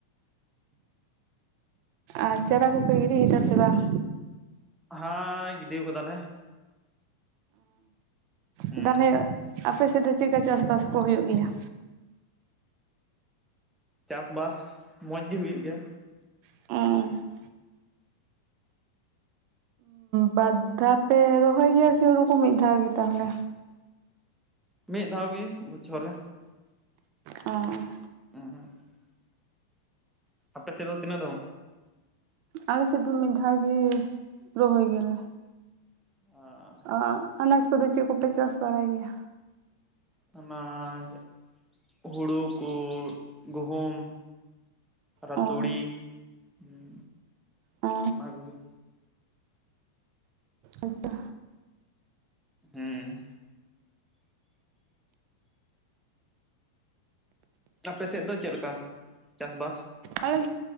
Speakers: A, on the right (about 45°); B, in the centre.
A: ᱟᱨ ᱪᱟᱨᱟ ᱠᱚᱯᱮ ᱜᱤᱰᱤ ᱠᱮᱫᱟ ᱥᱮ ᱵᱟᱝ?
B: ᱦᱮᱸ ᱜᱤᱰᱤᱣ ᱠᱟᱫᱟᱞᱮ᱾ ᱦᱩᱸ
A: ᱚ ᱛᱟᱦᱚᱞᱮ ᱟᱯᱮ ᱥᱮᱫ ᱫᱚ ᱪᱮᱫᱠᱟ ᱪᱟᱥᱵᱟᱥ ᱠᱚ ᱦᱳᱭᱳᱜ ᱜᱮᱭᱟ?
B: ᱪᱟᱥᱵᱟᱥ ᱢᱚᱸᱡᱽ ᱜᱮ ᱦᱩᱭᱩᱜ ᱜᱮᱭᱟ᱾
A: <unintelligible> ᱵᱟᱼᱫᱷᱟᱣ ᱯᱮ ᱨᱚᱦᱚᱭ ᱜᱮᱭᱟ ᱥᱮ ᱦᱩᱲᱩ ᱠᱚ ᱢᱤᱫ ᱫᱷᱟᱣ ᱜᱮ ᱛᱟᱦᱚᱞᱮ?
B: ᱢᱤᱫ ᱫᱷᱟᱣ ᱜᱮ ᱵᱚᱪᱷᱚᱨ ᱨᱮ᱾
A: ᱚ
B: <unintelligible> ᱟᱯᱮ ᱥᱮᱫ ᱫᱚ ᱛᱤᱱᱟᱹᱜ ᱫᱚᱢ?
A: ᱟᱞᱮ ᱥᱮᱫ ᱫᱚ ᱢᱤᱫ ᱫᱷᱟᱣ ᱜᱮ ᱨᱚᱦᱚᱭ ᱜᱮᱭᱟ ᱞᱮ᱾
B: ᱟ
A: ᱟ ᱟᱱᱟᱡᱽ ᱠᱚᱫᱚ ᱪᱮᱫ ᱠᱚᱯᱮ ᱪᱟᱥ ᱵᱟᱲᱟᱭ ᱜᱮᱭᱟ?
B: ᱚᱱᱟᱡ ᱦᱩᱲᱩ ᱠᱚ ᱜᱩᱦᱩᱢ ᱟᱨ
A: ᱚ
B: ᱛᱩᱲᱤ ᱦᱩᱸ
A: ᱚ
B: ᱚᱱᱟ ᱠᱚᱜᱮ᱾
A: ᱟᱪᱷᱟ᱾
B: ᱦᱮᱸ ᱟᱯᱮ ᱥᱮᱫ ᱫᱚ ᱪᱮᱫ ᱞᱮᱠᱟ ᱪᱟᱥᱵᱟᱥ?
A: ᱟᱞᱮ